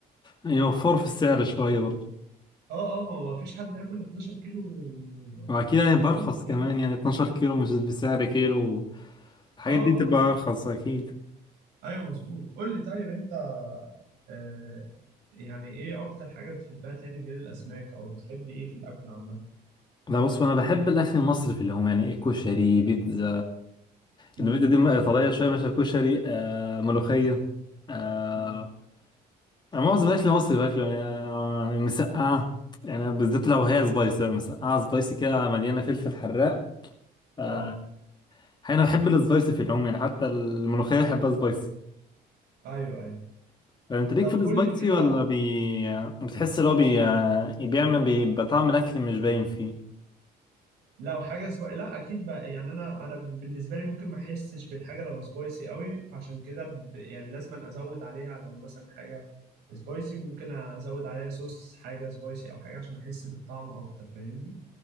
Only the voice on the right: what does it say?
اه اه ما هو مفيش حد هياكل 12 كيلو
طبعا يعني
اه اه
اه
ايوه مظبوط قول لي طيب انت آه يعني ايه اكتر حاجة بتحبها تاني غير الاسماك او بتحب ايه في الاكل عامة
امم
أمم.
اه
ايوه ايوه
طب
قول لي كده
لو حاجة سبايسي لا اكيد بقى يعني انا انا بالنسبة لي ممكن ما احسش بالحاجة لو سبايسي قوي فعشان كده ب... يعني لازم ازود عليها لو مثلا حاجة سبايسي ممكن ازود عليها صوص حاجة سبايسي او حاجة عشان احس بالطعم اكتر فاهمني